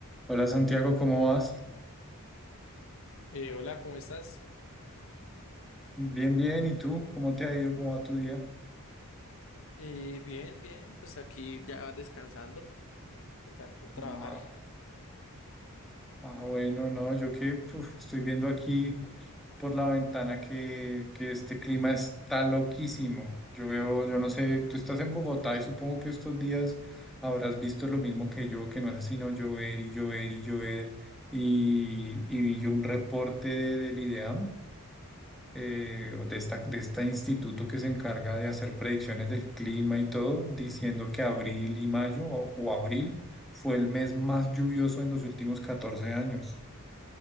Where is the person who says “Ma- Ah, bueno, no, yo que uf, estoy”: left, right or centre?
Centre